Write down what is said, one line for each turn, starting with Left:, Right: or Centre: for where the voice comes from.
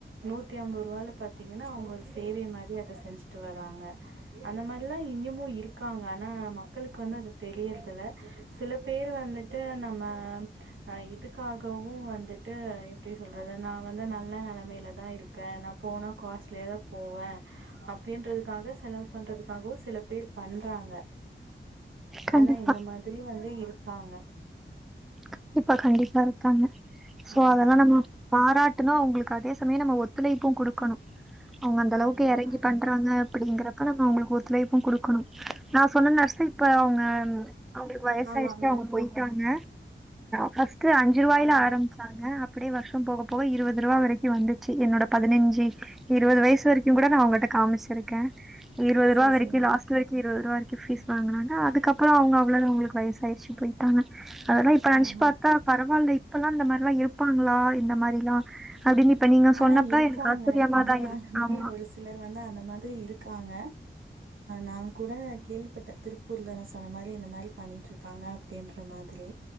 Right: நூத்தி அம்பது ரூவால பாத்தீங்கன்னா அவுங்க ஒரு சேவை மாரி அத செஞ்சுட்டு வராங்க அந்த மாரில்லா இன்னுமும இருக்காங்க ஆனா மக்களுக்கு வந்து தெரியறதுல சில பேர் வந்துட்டு நம்ம ஆ இதுக்காகவு வந்துட்டு எப்டி சொல்றது நா வந்து நல்ல நெலைமையில தா இருக்கே நா போனா காஸ்ட்லியா தா போவே அப்டின்றதுக்காக செலவு பண்றதுக்காகவு சில பேர் பண்றாங்க
Centre: கண்டிப்பா
Right: ஆனா இந்த மாதிரி வந்து இருக் பாங்க
Centre: கண்டிப்பா கண்டிப்பா இருக்காங்க சோ
Right: ஆமாங்க
Centre: அதெல்லாம் நம்ம பாராட்டணும் அவங்களுக்கு அதே சமயம் நம்ம ஒத்துழைப்பும் கொடுக்கணும் அவுங்க அந்த
Right: ஆமாங்க
Centre: அளவுக்கு எறங்கி பண்றாங்க அப்படிங்கரப்ப நம்ம அவங்களுக்கு ஒத்துலைப்பு குடுக்கணு நா சொன்ன நர்ஸ் இப்ப அவுங்க அவங்களுக்கு வயசாயிடுச்சி
Right: ஆமாங்க
Centre: அவுங்க போயிட்டாங்க ஃபஸ்ட் அஞ்சு ரூவாயில
Right: ஆஹ
Centre: ஆரம்முச்சாங்க அப்படியே வருஷம் போக போக இருபது ரூபா வரைக்கும் வந்துச்சு என்னோட பதினஞ்சு இருபது வயசு வரைக்கும் கூட நான் உங்கிட்ட காமிச்சிருக்கேன் இருவது ரூவா
Right: சேர்
Centre: வரைக்கு
Right: சேரிங்க
Centre: லாஸ்ட் வரைக்கு இருவது ரூபா வரைக்கு பீஸ் வாங்கனாங்க அதுக்கப்றோ அவுங்க அவ்ளோதா அவுங்களுக்கு வயசாயிடுச்சி போயிட்டாங்க அதெல்லா இப் இப்ப
Right: ஆஹ
Centre: நெனைச்சு பாத்தா பரவால்ல இப்பல்லா இந்த மாரில்லா இருப்பாங்களா இந்த மாரிலா அப்டினு இப்ப நீங்க
Right: ஆனா
Centre: சொன்னப்ப
Right: இருக்காங்க.
Centre: எனக்கு ஆச்சரியமா
Right: உண்மையாலுமே
Centre: தா இருக்கு ஆமா
Right: ஒரு சிலர் வந்து அந்த மாதிரி இருக்காங்க நாங்க கூட கேள்விப்பட்ட திருப்பூர்ல நான் சொன்ன மாரி இந்த மாரி பண்ணிட்டு இருக்காங்க அப்படின்ற மாரி